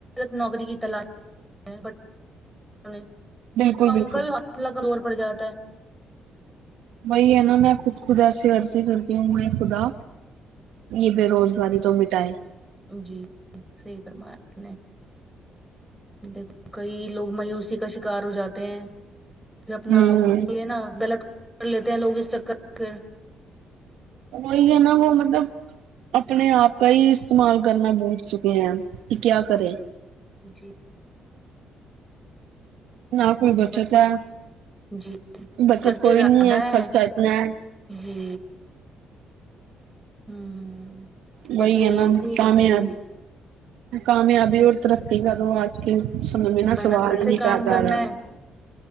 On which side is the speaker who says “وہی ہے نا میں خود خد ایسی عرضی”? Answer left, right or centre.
Right